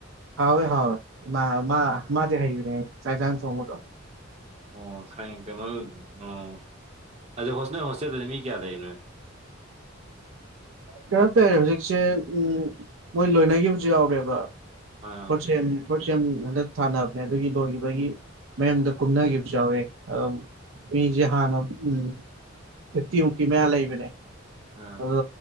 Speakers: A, on the right; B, on the right.
A: ꯍꯥꯎꯏ ꯍꯥꯎꯏ ꯃꯥ ꯃꯥ
B: ꯑꯥ
A: ꯃꯥꯗꯤ ꯍꯩꯕꯅꯦ ꯆꯆꯥꯛ ꯏꯟꯖꯥꯡ ꯊꯣꯡꯕꯗꯣ ꯫
B: ꯑꯣ ꯈꯪꯏ ꯀꯦꯕꯜ ꯑꯣ ꯑꯗꯨ ꯍꯣꯁꯅꯦꯜ ꯅꯣꯏ ꯍꯣꯁꯇꯦꯜꯗꯨꯗ ꯃꯤ ꯀꯌꯥ ꯂꯩ ꯅꯣꯏ꯫
A: ꯀꯩꯅꯣ ꯇꯧꯋꯦ ꯍꯧꯖꯤꯛꯁꯦ ꯎꯝ ꯃꯣꯏ ꯂꯣꯏꯅꯈꯤꯕꯁꯨ ꯌꯥꯎꯔꯦꯕ꯫
B: ꯑꯥ
A: ꯀꯣꯠꯁꯦꯝ ꯐꯣꯔꯁꯦꯝ ꯍꯟꯗꯛ ꯊꯥꯅꯕꯅꯦ ꯑꯗꯨꯒꯤ ꯂꯣꯏꯒꯤꯕꯒꯤ ꯃꯌꯨꯝꯗ ꯀꯨꯝꯅꯒꯤꯕꯁꯨ ꯌꯥꯎꯋꯦ ꯑꯗꯨꯝ ꯫ ꯃꯤꯖꯦ ꯍꯥꯟꯅ ꯎꯝ ꯐꯤꯞꯇꯤꯃꯨꯛꯀꯤ ꯃꯌꯥ ꯂꯩꯕꯅꯦ꯫
B: ꯑꯥ
A: ꯑꯗꯣ